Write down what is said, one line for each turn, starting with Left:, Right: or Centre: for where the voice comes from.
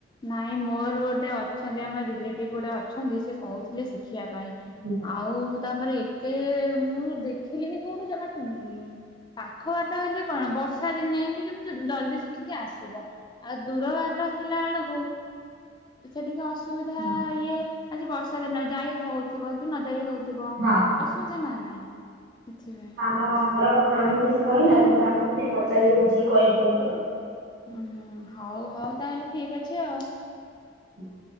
Left: ନାଇଁ ମୋର ଗୋଟେ ଅଛନ୍ତି ଆମ ରିଲେଟିଭ ଗୋଟେ ଅଛନ୍ତି ସେ କହୁଥିଲେ ଶିଖିବା ପାଇଁ।
Right: ହଁ
Left: ଆଉ ତାପରେ ଏତେ ମୁଁ ଦେଖିଲିନି କୋଉଠୁ ଯେ ମାନେ ଉ ପାଖ ବାଟ ହେଲେ କଣ ବର୍ଷା ଦିନେ କି ଜଲ୍ ଦି ଶିଖିକି ଆସିବ। ଆଉ ଦୂର ବାଟ ହେଲାଳକୁ ସେ ଟିକେ ଅସୁବିଧା
Right: ହଁ
Left: ଇଏ ଆଜି ବର୍ଷା ଦିନ ଯାଇ ହଉଥିବ କି ନ ଯାଇ ହଉ ଥିବ
Right: ହଁ।
Left: ଅସୁବିଧା ନା ନାହିଁ ସେଥିପାଇଁ
Right: ହଁ ଘର କଥା ଇଏ କିଛି କହିନା ତ ମୁଁ ତାଙ୍କୁ ଟୁକେ ପଚାରିକି ବୁଝିକି କହିବି କହିବି ଙ୍କୁ ଆଉ
Left: ହୁଁ ହଉ ହଉ ତାହେଲେ ଠିକ ଅଛି ଆଉ।
Right: ହୁଁ।